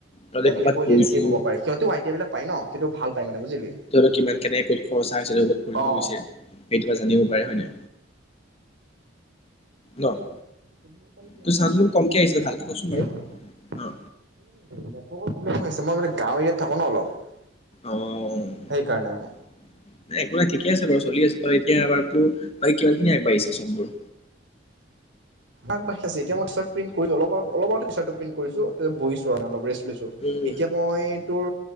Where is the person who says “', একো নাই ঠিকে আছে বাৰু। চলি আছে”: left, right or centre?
Left